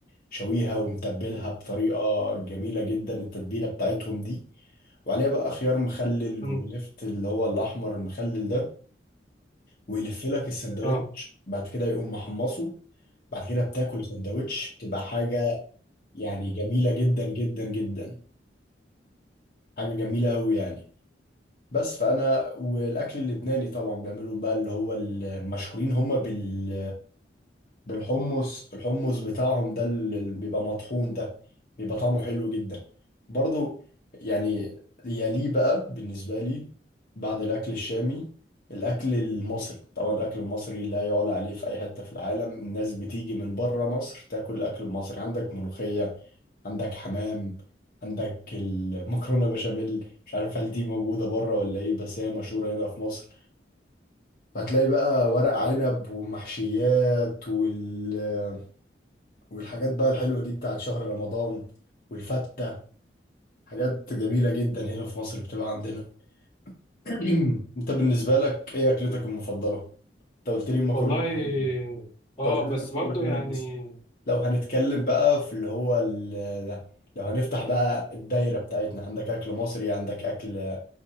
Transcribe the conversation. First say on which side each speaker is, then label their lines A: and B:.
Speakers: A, on the left (about 50°); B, on the left (about 25°).
A: شويها ومتبلها بطريقة جميلة جدا التتبيلة بتاعتهم دي وعليها بقى خيار مخلل
B: مم.
A: ولفت اللي هو الأحمر المخلل ده ويلف لك السندوتش
B: اه
A: بعد كده يقوم محمصه بعد كده بتاكل سندوتش بتبقى حاجة يعني جميلة جدا جدا جدا حاجة جميلة أوي يعني بس فانا والاكل اللبناني طبعا بيعملوا بقى اللي هو المشهورين هم بال بالحمص الحمص بتاعهم ده اللي بيبقى مطحون ده بيبقى طعمه حلو جدا برضو يعني يليه بقى بالنسبة لي بعد الاكل الشامي الاكل المصري طبعا الاكل المصري لا يعلى عليه في اي حتة في العالم الناس بتيجي من بره مصر تاكل الاكل المصري عندك ملوخية عندك حمام عندك المكرونه بشاميل مش عارف هل دي موجوده بره ولا ايه بس هي مشهوره هنا في مصر هتلاقي بقى ورق عنب والمحشيات وال... والحاجات بقى الحلوه دي بتاعت شهر رمضان والفته حاجات جميله جدا هنا في مصر بتبقى عندنا <clears throat> انت بالنسبه لك ايه اكلتك المفضله انت قلت لي المكرونه
B: والله
A: بشاميل انت
B: اه
A: قلت لي
B: بس
A: المكرونه
B: برضو
A: بشاميل
B: يعني
A: بس لو هنتكلم بقى في اللي هو ال... ده. لو هنفتح بقى الدايره بتاعتنا عندك اكل مصري عندك اكل